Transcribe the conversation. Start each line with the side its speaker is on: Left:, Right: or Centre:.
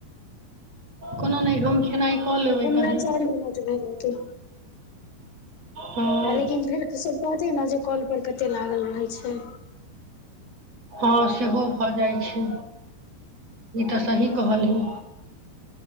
Right: कोनो नहि हम खेनाइ कऽ लेबै
Left: एखन
Right: तहन
Left: वैह चारि मिनट भेल हेतै
Right: हँ
Left: आ लेकिन फेर सभ कहतै ने जे कौलपर कतेक लागल रहै छै
Right: हँ सेहो भऽ जाइत छै ई तऽ
Left: हूं
Right: सही कहलही